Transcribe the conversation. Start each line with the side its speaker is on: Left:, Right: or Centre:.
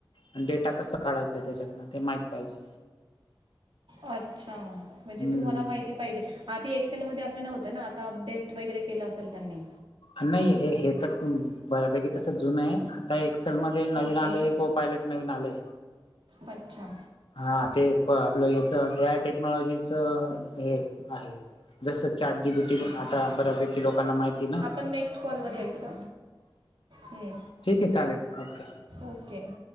Left: आणि डेटा कसं काढायचं त्याच्यातन ते माहित पाहिजे.
Right: अच्छा म्हणजे
Left: हम्म
Right: तुम्हाला माहिती पाहिजे. आधी एक्सेलमध्ये असं नव्हतं ना आता अपडेट वगैरे केलं असेल त्यांनी.
Left: नाही हे हे तर बऱ्यापैकी तस जुन आहे आता एक्सेल मध्ये नवीन
Right: ओके
Left: आल ये को पायलट नवीन आल ये.
Right: अच्छा.
Left: हा ते क आपलं येस ए आय टेक्नॉलॉजीच हे आहे जसं चॅट
Right: अच्छा
Left: जी बी टी आता बऱ्यापैकी लोकांना माहिती ना
Right: आपण नेक्स्ट कॉलवर यायचं का हम्म.
Left: ठीक ये चालेल ओके.
Right: ओके